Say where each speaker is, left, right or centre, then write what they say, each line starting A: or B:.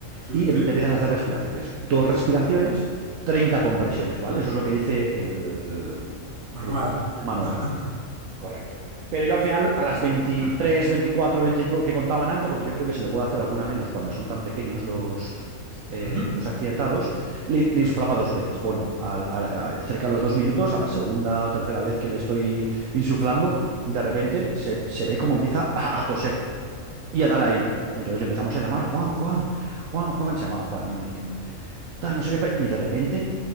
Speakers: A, on the right; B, on the right.
A: Sí,
B: y
A: sí, sí.
B: em- le empiezas a hacer respiraciones. Dos respiraciones, 30 compresiones, ¿vale? Eso es lo que dice el,
A: El manual.
B: el- el manual.
A: <laughs>
B: Correcto. Pero yo al final, a las 23,
A: <clears throat>
B: 24, 25 que contaban alto, porque yo creo que se le puede hacer alguna menos cuando son tan pequeños los, eh,
A: Ujú,
B: los accidentados, le, le insuflaba dos veces. Bueno, al- a- a- cerca de los dos minutos, a la segunda o tercera vez que le estoy insuflando, de repente se, se ve cómo empieza a, a toser y a dar ahí. Entonces le empezamos a llamar Juan, Juan, Juan, Juan, se llamaba Juan, ¿no? El niño. Tal, no sé qué. pa- Y de repente